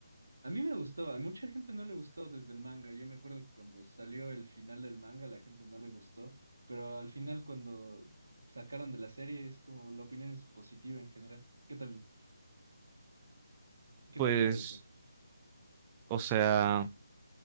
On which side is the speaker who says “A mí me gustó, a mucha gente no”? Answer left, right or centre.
Right